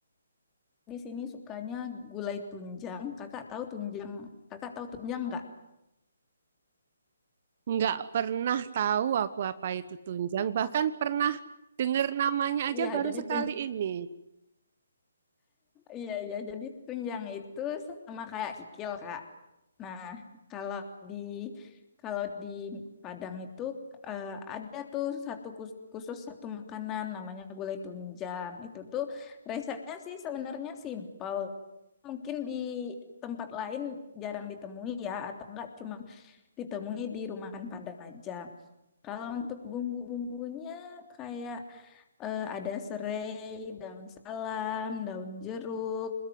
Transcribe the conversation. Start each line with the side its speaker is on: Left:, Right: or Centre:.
Left: Di sini sukanya gulai tunjang. Kakak tahu tunjang? Kakak tahu tunjang nggak?
Right: Nggak pernah tahu aku apa itu tunjang, bahkan pernah dengar namanya aja
Left: Iya,
Right: baru
Left: jadi
Right: sekali
Left: tunjang
Right: ini.
Left: Iya, iya. Jadi tunjang itu sama kayak kikil, Kak. Nah, kalau di kalau di Padang itu eh, ada tuh satu kus- khusus satu makanan namanya gulai tunjang. Itu tuh resepnya sih sebenarnya simpel. Mungkin di tempat lain jarang ditemui ya, atau enggak cuma ditemui di rumahan Padang aja. Kalau untuk bumbu-bumbunya kayak eh, ada serai, daun salam, daun jeruk,